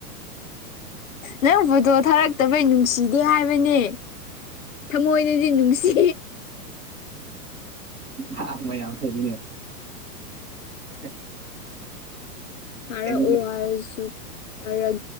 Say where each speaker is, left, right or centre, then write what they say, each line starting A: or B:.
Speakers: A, on the left (about 55°); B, on the right (about 20°).
A: ꯅꯪ ꯐꯣꯇꯣ ꯊꯥꯔꯛꯇꯕꯒꯤ ꯅꯨꯡꯁꯤꯗꯦ ꯍꯥꯏꯕꯅꯦ ꯊꯃꯣꯏꯅꯗꯤ ꯅꯨꯡꯁꯤ
B: ꯍꯥꯛ ꯃꯌꯥꯝ ꯑꯩꯖꯨꯅꯦ <inaudible>
A: ꯊꯥꯔꯛꯑꯣ
B: ꯑꯩꯉꯣꯟꯗ
A: ꯍꯥꯏꯔꯁꯨ ꯊꯥꯔꯛ